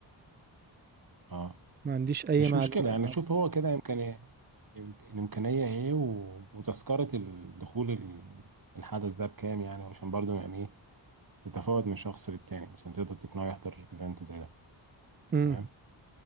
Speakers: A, on the right; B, on the right.
A: اه
B: ما عنديش أي
A: مش
B: معلومة
A: مشكله يعني
B: عن
A: شوف هو كده يمكن يمكن- الامكانيه ايه و... وتذكره الدخول ال- الحدث ده بكام يعني عشان برضو يعني ايه تتفاوت من شخص للتاني عشان تقدر تقنعه يحضر ايفنت زي ده
B: العدد
A: تمام